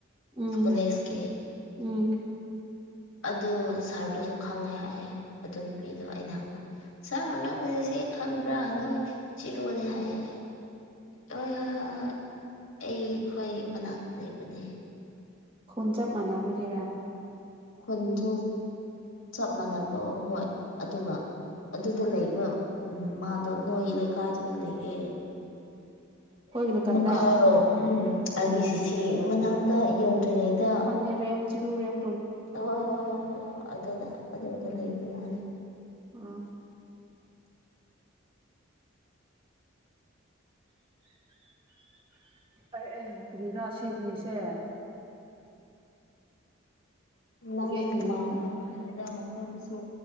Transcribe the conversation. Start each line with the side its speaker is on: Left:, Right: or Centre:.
Right: ꯎꯝ
Left: ꯀꯣꯂꯦꯖꯀꯤ
Right: ꯎꯝ
Left: ꯑꯗꯨ ꯁꯥꯔꯗꯨꯁꯨ ꯈꯪꯉꯦ ꯍꯥꯏꯌꯦ ꯑꯗꯨ ꯅꯨꯄꯤꯗꯣ ꯍꯪꯕꯗ ꯁꯥꯔ ꯅꯪ ꯁꯤ ꯁꯦ ꯈꯪꯕ꯭ꯔꯥ ꯅꯣꯏ ꯆꯤꯔꯨꯅꯦ ꯍꯥꯏꯌꯦ ꯍꯣꯏ ꯍꯣꯏ ꯍꯣꯏ ꯍꯣꯏ ꯑꯩ ꯑꯩꯈꯣꯏ ꯃꯅꯥꯛꯇ ꯂꯩꯕꯅꯦ
Right: ꯈꯣꯟ ꯆꯞ ꯃꯟꯅꯥꯕ ꯒꯦꯔꯥ
Left: ꯈꯨꯟꯁꯨ ꯆꯞ ꯃꯥꯟꯅꯕ ꯍꯣꯏ ꯑꯗꯨꯒ ꯑꯗꯨꯗ ꯂꯩꯕ ꯎꯝ ꯃꯥꯗꯣ ꯅꯣꯏ ꯂꯩꯀꯥꯏꯗꯨꯗ ꯂꯩꯒꯦ
Right: ꯑꯩꯈꯣꯏꯒꯤ ꯂꯩꯀꯥꯏꯗ
Left: ꯃꯈꯥꯔꯣꯝ ꯎꯝ ꯑꯥꯔꯕꯤꯁꯤ ꯁꯤ ꯃꯅꯥꯛꯇ ꯌꯧꯗ꯭ꯔꯤꯉꯩꯗ
Right: ꯉꯦꯔꯦꯝ ꯆꯤꯔꯨꯔꯦꯝ
Left: ꯍꯣꯏ ꯍꯣꯏ ꯍꯣꯏ ꯍꯣꯏ ꯑꯗꯨꯗ ꯑꯗꯨꯗ ꯂꯩꯕ ꯌꯥꯅꯤ
Right: ꯎꯝ ꯑꯩ ꯑꯧ ꯀꯔꯤꯔ ꯁꯤ ꯍꯨꯏꯁꯦ
Left: ꯅꯪ
Right: ꯒꯦꯠ ꯃꯅꯨꯡ
Left: ꯃꯥꯟꯕ ꯃꯥꯟꯂꯦꯗ ꯃ ꯑꯩꯣꯟꯗꯁꯨ